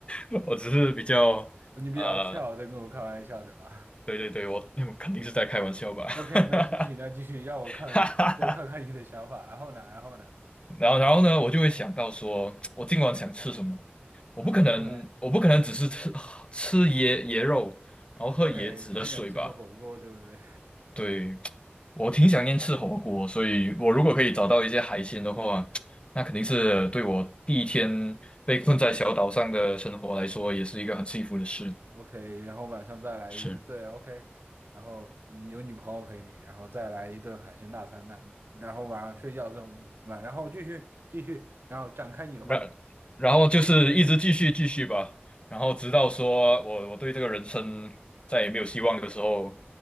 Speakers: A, on the left; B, on the right.
A: <laughs> 我只是比较呃，
B: 你比较 c 在跟我开玩笑，对吧
A: 对对对，我哎我肯定是在开玩笑吧。<laughs>
B: ？OK，那继续，那继续，让我看，
A: 哈哈哈
B: 多看看你的想法。然后呢？然后呢？
A: 然后然后呢，我就会想到说，我今晚想吃什么？我不可能，
B: 啊，OK，
A: 我不可能只是吃吃椰椰肉，然后喝椰子的水吧？
B: OK，你还想吃个火锅，对不对
A: 对，我挺想念吃火锅，所以我如果可以找到一些海鲜的话，那肯定是对我第一天被困在小岛上的生活来说，也是一个很幸福的事。
B: <laughs>？OK，然后晚上再来一个，
A: 是。
B: 对，OK，然后嗯有女朋友陪你，然后再来一顿海鲜大餐，那然后晚上睡觉之后就晚，然后继续继续，然后展开你的幻想。
A: 然然后就是一直继续继续吧，然后直到说我我对这个人生再也没有希望的时候，